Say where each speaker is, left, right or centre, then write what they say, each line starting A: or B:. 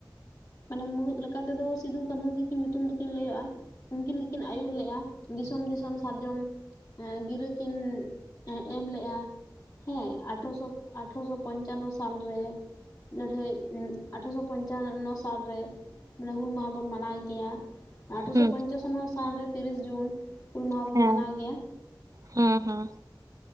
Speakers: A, on the left; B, on the right.
A: ᱢᱟᱱᱮ ᱢᱩᱲᱩᱫ ᱞᱮᱠᱟ ᱛᱮᱫᱚ ᱥᱤᱫᱩ ᱠᱟᱹᱱᱦᱩ ᱜᱮᱠᱤᱱ ᱧᱩᱛᱩᱢ ᱫᱚᱠᱤᱱ ᱞᱟᱹᱭᱚᱜᱼᱟ᱾ ᱩᱱᱠᱤᱱ ᱜᱮᱠᱤᱱ ᱟᱹᱭᱩᱨ ᱞᱮᱜᱼᱟ ᱫᱤᱥᱚᱢ ᱫᱤᱥᱚᱢ ᱥᱟᱨᱡᱚᱢ ᱜᱤᱨᱟᱹ ᱠᱤᱱ ᱮᱢ ᱞᱮᱫᱼᱟ᱾ ᱦᱮᱸ ᱟᱴᱷᱨᱚᱥᱚ ᱟᱴᱷᱨᱚᱥᱚ ᱯᱚᱧᱪᱟᱱᱱᱚ ᱥᱟᱞ ᱨᱮ᱾ ᱞᱟᱹᱲᱦᱟᱹᱭ ᱟᱴᱷᱨᱚᱥᱚ ᱯᱚᱧᱪᱟᱱᱱᱚ ᱥᱟᱞᱨᱮ ᱢᱟᱱᱮ ᱦᱩᱞ ᱢᱟᱦᱟ ᱵᱚᱱ ᱢᱟᱱᱟᱣ ᱜᱮᱭᱟ᱾ ᱟᱴᱷᱨᱚᱥᱚ
B: ᱦᱩᱸ
A: ᱯᱚᱧᱪᱟᱥᱱᱚ ᱥᱟᱞ ᱨᱮ ᱛᱤᱨᱤᱥ ᱡᱩᱱ᱾ ᱦᱩᱞ ᱢᱟᱦᱟ ᱵᱚᱱ
B: ᱦᱮᱸ
A: ᱢᱟᱱᱟᱣ ᱜᱮᱭᱟ᱾
B: ᱦᱩᱸ ᱦᱩᱸ